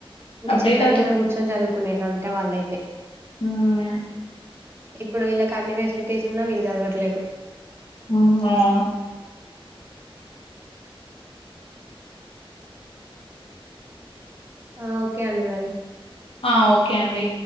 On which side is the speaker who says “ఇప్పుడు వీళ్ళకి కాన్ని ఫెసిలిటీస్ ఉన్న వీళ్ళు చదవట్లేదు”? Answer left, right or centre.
Right